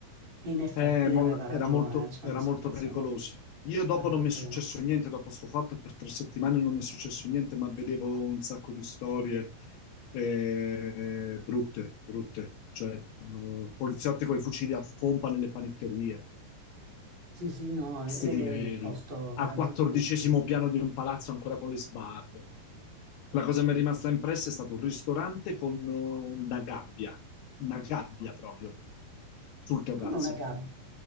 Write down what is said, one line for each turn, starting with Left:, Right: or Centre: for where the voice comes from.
Right: E in effetti
Left: Eh, mol-
Right: aveva ragione,
Left: era molto,
Right: eh, c'è
Left: era
Right: una situazione
Left: molto pericoloso. Io dopo
Right: altro
Left: non mi
Right: che...
Left: è successo niente, dopo sto fatto per tre settimane non mi è successo niente, ma vedevo un sacco di storie eh, brutte, brutte, cioè eh, poliziotti con i fucili a pompa nelle panetterie,
Right: Sì, sì, no,
Left: sti
Right: è, è
Left: livelli,
Right: un posto veramente
Left: al quattordicesimo
Right: mm,
Left: piano di un palazzo ancora con le sbarre. La cosa che mi è rimasta impressa è stato un ristorante con eh, una gabbia, una gabbia proprio sul terrazzo.
Right: come una gabbia.